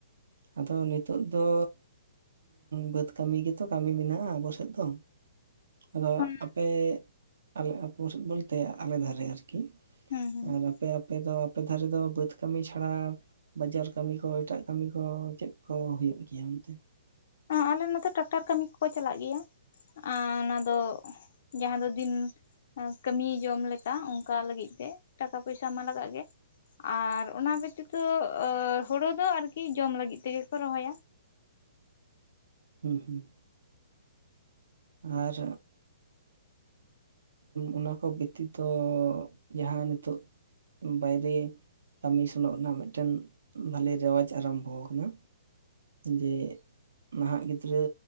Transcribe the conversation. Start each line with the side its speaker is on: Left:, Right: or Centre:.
Right: ᱟᱫᱚ ᱱᱤᱛᱚᱜ ᱫᱚ ᱵᱟᱹᱫᱽ ᱠᱟᱹᱢᱤ ᱜᱮᱛᱚ ᱠᱟᱹᱢᱤ ᱢᱮᱱᱟᱜᱼᱟ ᱟᱵᱚ ᱥᱮᱱ ᱫᱚ᱾ ᱟᱫᱚ
Left: ᱦᱩᱸ
Right: ᱟᱯᱮ ᱟᱞᱮ ᱟᱹᱛᱩ ᱵᱚᱞᱛᱮ ᱟᱞᱮ ᱫᱷᱟᱨᱮ ᱟᱨᱠᱤ
Left: ᱦᱩᱸ ᱦᱩᱸ
Right: ᱟᱨ ᱟᱯᱮ ᱟᱯᱮ ᱫᱚ ᱟᱯᱮ ᱫᱷᱟᱨᱮ ᱫᱚ ᱵᱟᱹᱫᱽ ᱠᱟᱹᱢᱤ ᱪᱷᱟᱲᱟ ᱵᱟᱡᱟᱨ ᱠᱟᱹᱢᱤ ᱠᱚ ᱮᱴᱟᱜ ᱠᱟᱹᱢᱤ ᱠᱚ ᱪᱮᱫ ᱠᱚ ᱦᱩᱭᱩᱜ ᱜᱮᱭᱟ ᱚᱱᱛᱮ?
Left: ᱟᱞᱮ ᱱᱚᱛᱮ ᱴᱨᱟᱠᱴᱟᱨ ᱠᱟᱹᱢᱤ ᱠᱚᱠᱚ ᱪᱟᱞᱟᱜ ᱜᱮᱭᱟ᱾ ᱟᱨ ᱚᱱᱟᱫᱚ ᱡᱟᱦᱟᱸ ᱫᱚ ᱫᱤᱱ ᱠᱟᱹᱢᱤᱭ ᱡᱚᱢ ᱞᱮᱠᱟ ᱚᱱᱠᱟ ᱞᱟᱹᱜᱤᱫ ᱛᱮ ᱴᱟᱠᱟ ᱯᱚᱭᱥᱟ ᱢᱟ ᱞᱟᱜᱟᱜ ᱜᱮ ᱟᱨ ᱚᱱᱟ ᱵᱮᱛᱤᱛᱚ ᱦᱩᱲᱩ ᱫᱚ ᱟᱨᱠᱤ ᱡᱚᱢ ᱞᱟᱹᱜᱤᱫ ᱛᱮᱜᱮᱠᱚ ᱨᱚᱦᱚᱭᱟ᱾
Right: ᱦᱩᱸ ᱦᱩᱸ ᱟᱨ ᱚᱱᱟ ᱠᱚ ᱵᱮᱛᱤᱛᱚ ᱡᱟᱦᱟᱸ ᱱᱤᱛᱚᱜ ᱵᱟᱭᱨᱮ ᱠᱟᱹᱢᱤ ᱥᱮᱱᱚᱜ ᱨᱮᱱᱟᱜ ᱢᱤᱫᱴᱮᱱ ᱵᱷᱟᱞᱮ ᱨᱮᱣᱟᱡᱽ ᱟᱨᱟᱢᱵᱷᱚ ᱟᱠᱟᱱᱟ᱾ ᱡᱮ ᱱᱟᱦᱟᱜ ᱜᱤᱫᱽᱨᱟᱹ